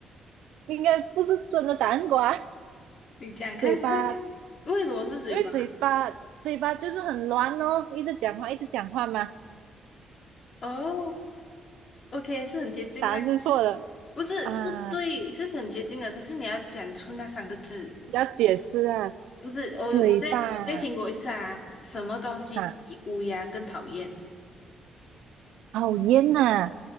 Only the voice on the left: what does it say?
你讲看下，
为什么是水吧？
哦，OK，是很接近啦。
不是，
是对，是很接近的。可是你要讲出那三个字，
不是我，
我再你再听过一次啊。什么东西比乌鸦更讨厌？